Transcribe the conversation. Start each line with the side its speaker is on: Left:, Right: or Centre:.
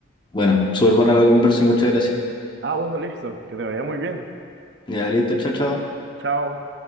Left: bueno, súper buena la conversa y muchas gracias.
Right: Ah, bueno, listo, que te vaya muy bien.
Left: Ya, listo, chao, chao.
Right: Chao.